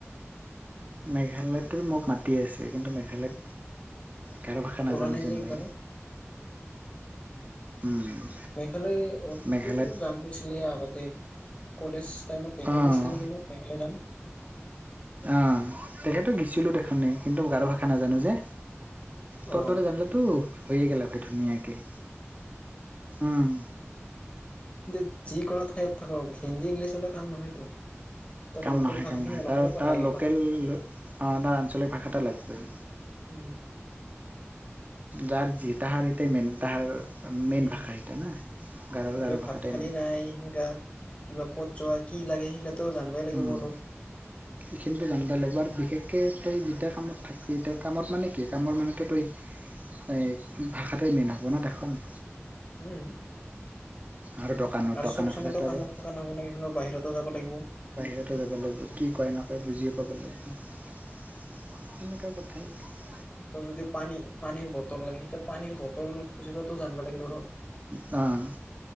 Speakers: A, on the right; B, on the left.
A: মেঘালয়তটো মোক মাতি আছে কিন্তু মেঘালয়ত গাৰো ভাষা নাজানো
B: ওলোৱা নাই
A: যে মই।
B: একবাৰো
A: উম।
B: মেঘালয় অ'ত
A: মেঘালয়ত
B: তই দেখোন যাম কৈছিলি আগতে কলেজ টাইমত এবাৰ
A: অঁ
B: কৈছিলি নেকি মোক মেঘালয় যাম।
A: অ' তেখেতো গছিলোঁ তেখনেই কিন্তু গাৰো ভাষা নাজানো যে। ত'ৰ
B: অ
A: দৰে জানিলেতো হৈয়ে গেলা হয় ধুনীয়াকে, উম।
B: কিন্ত যিকোনো ঠাইত থাকক হিন্দী ইংলিছ হ'লেও কাম নহয়তো। তাৰ
A: কাম
B: লোকেল
A: নহয়,
B: ভাষাখিনি
A: কাম নহয়,
B: অলপ
A: তাৰ
B: হলেও
A: তাৰ
B: লাগে
A: লোকেল
B: পাৰা
A: তাৰ আঞ্চলিক ভাষা এটা লাগিবই।
B: উম।
A: গাৰ যি তাহাৰ এটাই মেইন, তাহাৰ মেইন
B: উম
A: ভাষা এটা না, গাৰোৰ
B: হ'লেও
A: গাৰো
B: ভাত
A: ভাষাটাই
B: খালি
A: মেইন।
B: নাই গা কিবা ক'ত যোৱা, কি লাগে সেইগিলাক ত' জানবাই লাগিব
A: উম।
B: অলপ
A: সেইখিনিতো জানিবই লাগিব আৰু বিশেষকৈ তই যেতিয়া কামত থাকিবি, এতিয়া কামত মানে কি কামৰ মানুহতো তই এই ভাষাতে মেইন আপনা তেখোন।
B: উম।
A: আৰু দকানত,
B: আৰু
A: দকানত
B: চব সময়তো
A: হ'লেতো
B: কামত
A: আৰু
B: থকা নহয় ন' বাহিৰতো যাব লাগিব।
A: বাহিৰতে যাব লাগিব, কি কয় নকয় বুজিয়ে পাব লাগিব। সেনেকুৱা কথাই।
B: ত' যদি পানী, পানীৰ বটল লাগে সেইয়া পানীৰ বটল খুজিবটো জানিবা লাগে ধৰ।
A: অ'।